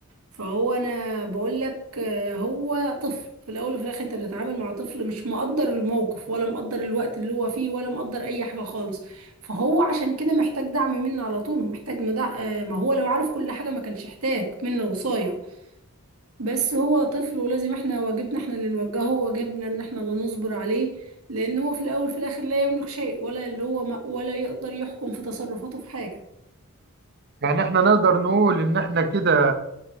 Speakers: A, on the right; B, on the right.
A: فهو انا بقول لك آه، هو طفل في الاول وفي الاخر انت بتتعامل مع طفل مش مقدر الموقف ولا مقدر الوقت اللي هو فيه ولا مقدر اي حاجة خالص فهو عشان كده محتاج دعم منه على طول محتاج مدع... آه، ما هو لو عارف كل حاجة ما كانش احتاج منه وصاية بس هو طفل ولازم احنا واجبنا احنا اللي نوجهه وواجبنا ان احنا اللي نصبر عليه لان هو في الاول في الاخر لا يملك شيء ولا اللي هو ما ولا يقدر يحكم في تصرفاته في حاجة
B: يعني احنا نقدر نقول ان احنا كده